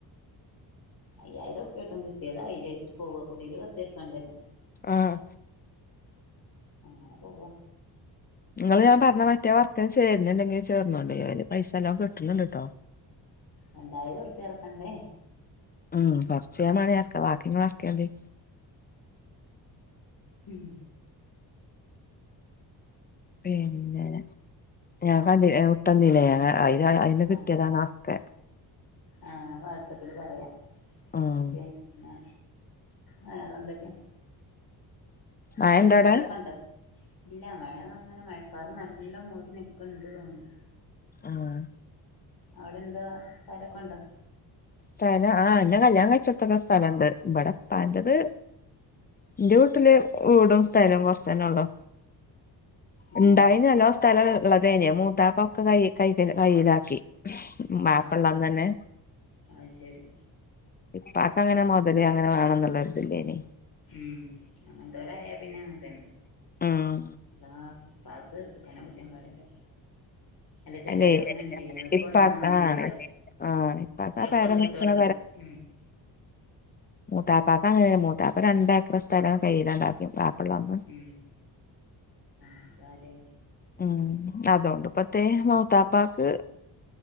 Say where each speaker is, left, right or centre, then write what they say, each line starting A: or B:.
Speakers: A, on the left (about 50°); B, on the left (about 25°).
A: അയ്യായിരം ഉറപ്പ്യെട്ടും കിട്ട്യാെതായില്ലേച്ചിട്ട് പോവാ കുടീല് വെർതെര്ക്കണ്ടല്ലോ <inaudible>
B: ആഹ്
A: അങ്ങന പോവാ
B: ഇങ്ങള് ഞാൻ പറഞ്ഞ മറ്റേ വർക്ക്ന് ചേര്ന്ണ്ടെങ്കി ചേർന്നോണ്ടി അയിൽ പൈസ നല്ലോം കിട്ട്ണ് ട്ടോ
A: രണ്ടായിരഉർപ്പ്യ അടക്കണ്ടേ
B: ഉം കൊർച്ച് ഞാ മാണെങ്കി അർക്കാ വാക്കി ഇങ്ങള് അർക്ക്യാേണ്ടിം
A: ഉം
B: പിന്നെ ഞാൻ കണ്ടി ഞാവിട്ടന്നില്ലേ അ അയില് അ അയ്ന്ന് കിട്ട്യാതാണ്
A: ആഹ്
B: അഒക്കെ
A: ആഹ് അഅ് വാട്സപ്പില്‌ പറയാം
B: ഉം
A: പിന്നെ വേറെന്തൊക്കെ
B: മഴണ്ടോ
A: എവ്ടെ സ്ഥലൊക്കെ
B: അവിടെ
A: ഇണ്ടോ ഇല്ല മഴ അങ്ങനെ മഴക്കാറ് നല്ലം മൂടി നിക്ക്ണ്ട് തോന്ന്ണ്
B: ആഹ്
A: അവ്ടെ എന്താ സ്ഥലൊക്കെ ഇണ്ടോ
B: സ്ഥലം ആഹ് ഇന്റെ കല്യാണം കഴിച്ചാേട്ത്താെക്കെ സ്ഥലംണ്ട് ഇബടെപ്പാന്റെത് ഇന്റെ വീട്ട്ല് വീടും സ്ഥലൊം കൊറച്ചന്നെ ഒള്ളൂ
A: ഏഹ്
B: ഇണ്ടായിനു നല്ലോം സ്ഥലം ൾ ഇള്ളതേനി മൂത്താപ്പൊക്ക കൈ കയ്കൽ കയ്യിലാക്കി വാപ്പള്ളന്ന്
A: ആഹ്
B: തന്നെ
A: അഅ്ശരി
B: ഇപ്പാക്ക് അങ്ങനെ മാെതല് അങ്ങനെ വാണം ന്നുള്ളൊരുതില്ലേനി
A: ഉം അങ്ങൻത്തോരായ പിന്നെ അങ്ങൻതന്നെ
B: ഉം
A: ആഹ് ഇപ്പാക്ക് അങ്ങനെ കുറ്റം പറയല അല്ല ചെലര്
B: അല്ലേ
A: അങ്ങനെ ഇണ്ടേ ഓര്ക്ക്
B: ഇപ്പാക്ക്
A: ഒന്നും മാണ്ടരൂല
B: ആ ആ ഇപ്പാക്ക്
A: ഓലക്കൺ
B: ആ പെര
A: വിട്ടൊട്ക്കും
B: നിക്ക്ണ
A: ഉം <inaudible>
B: മൂത്താപ്പാക്ക് അങ്ങനെണ് മൂത്താപ്പ രണ്ടേഏക്കർ സ്ഥലം കയ്യിലാണ്ടാക്കി വാപ്പള്ള അന്ന്
A: ഉം എന്താ ലേ
B: ഉം അതോണ്ട് പത്തെ മൂത്താപ്പാക്ക്